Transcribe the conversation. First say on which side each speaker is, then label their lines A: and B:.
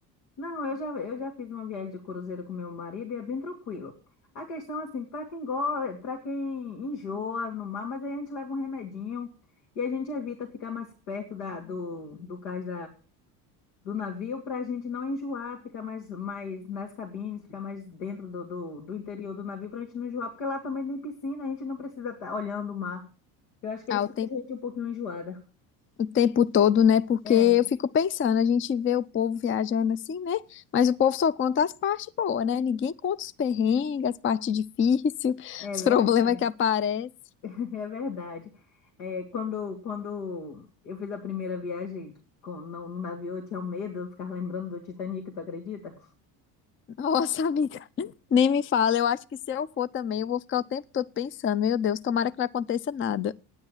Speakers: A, on the left; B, on the left.
A: Não, eu já, eu já fiz uma viagem de cruzeiro com meu marido e é bem tranquilo. A questão, assim, para quem gosta, para quem enjoa no mar, mas aí a gente leva um remedinho e a gente evita ficar mais perto da, do, do cais do navio para a gente não enjoar, ficar mais, mais nas cabines, ficar mais dentro do, do, do interior do navio para a gente não enjoar, porque lá também tem piscina, a gente não precisa estar olhando o mar. Eu acho que
B: Ah,
A: é isso
B: o
A: que
B: tempo.
A: deixa a gente um pouquinho enjoada.
B: o tempo todo, né? Porque
A: É,
B: eu fico pensando, a gente vê o povo viajando assim, né? Mas o povo só conta as partes boas, né? Ninguém conta os perrengues, as partes difíceis, <laughs>
A: é
B: os
A: verdade,
B: problemas que aparecem.
A: <laughs> é verdade. É, quando, quando eu fiz a primeira viagem com, no, no navio, eu tinha um medo, eu ficava lembrando do Titanic, tu acredita?
B: Nossa, amiga, <laughs> nem me fala. Eu acho que se eu for também, eu vou ficar o tempo todo pensando, meu Deus, tomara que não aconteça nada.